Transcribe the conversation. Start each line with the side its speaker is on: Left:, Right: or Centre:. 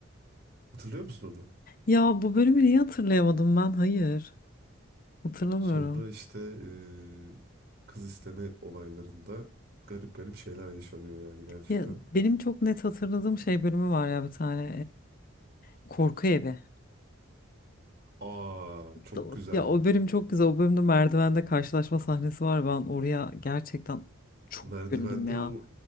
Right: Hatırlıyor musun onu?
Left: Ya bu bölümü niye hatırlayamadım ben? Hayır. Hatırlamıyorum.
Right: Sonra işte e, kız isteme olaylarında garip garip şeyler yaşanıyor yani gerçekten.
Left: Ya, benim çok net hatırladığım şey bölümü var ya bir tane. ee, korku evi.
Right: Aa çok
Left: O-
Right: güzel.
Left: Ya o bölüm çok güzel. O bölümde merdivende karşılaşma sahnesi var. Ben oraya gerçekten çok
Right: Merdivende
Left: güldüm ya.
Right: o